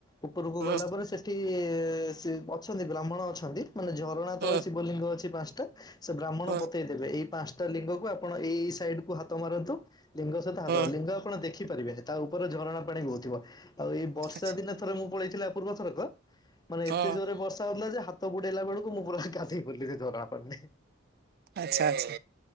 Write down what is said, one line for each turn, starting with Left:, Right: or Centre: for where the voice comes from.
Left: ଉପରକୁ
Right: ହୁଁ
Left: ଗଲା ପରେ ସେ ଠି ସି ଅଛନ୍ତି ବ୍ରାହ୍ମଣ ଅଛନ୍ତି, ମାନେ ଝରଣା
Right: ହୁଁ
Left: ତଳେ ଶିବଲିଙ୍ଗ ଅଛି ପାନ୍ସଟା। ସେ ବ୍ରାହ୍ମଣ
Right: ହୁଁ
Left: ବତେଇ ଦେବେ ଏଇ ପାନ୍ସଟା ଲିଙ୍ଗକୁ ଆପଣ ଏଇ ଏଇ ସାଇଡ୍ କୁ ହାତ ମାରନ୍ତୁ। ଲିଙ୍ଗ ସହିତ ହାତ
Right: ହୁଁ
Left: ମାର, ଲିଙ୍ଗ ଆପଣ ଦେଖିପାରିବେନି ତା ଉପରେ ଝରଣା ପାଣି ବହୁଥିବ। ଆଉ ଏଇ ବର୍ଷା
Right: ଆଚ୍ଛା
Left: ଦିନେ ଥରେ ମୁଁ ପଳେଇଥିଲି ଆ ପୂର୍ବ ଥରକ, ମାନେ
Right: ହଁ
Left: ଏତେ ଜୋରେ ବର୍ଷା ହଉଥିଲା ଯେ ହା ତ ବୁଡେଇଲା ବେଳକୁ ମୁଁ ପୁରା ଗାଧେଇ ପଡଲି ସେ ଝରଣା ପାଣି ରେ।
Right: ଆଚ୍ଛା ଆଚ୍ଛା